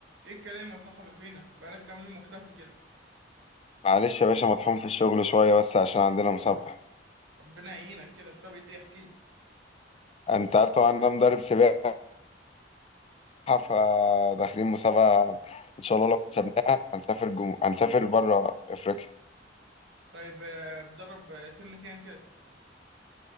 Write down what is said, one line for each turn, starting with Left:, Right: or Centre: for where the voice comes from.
Right: ايه الكلام يا صاحبي فينك بقالك كام يوم مختفي كده
Left: معلش يا باشا مطحون في الشغل شوية بس عشان عندنا مسابقة
Right: ربنا يعينك كده مسابقة ايه احكي لي
Left: انت عارف طبعا انا مدرب سباحة فداخلين مسابقة ان شاء الله لو كسبناها هنسافر جم... هنسافر بره افريقيا
Right: طيب آه، بتدرب آه، سن كام كده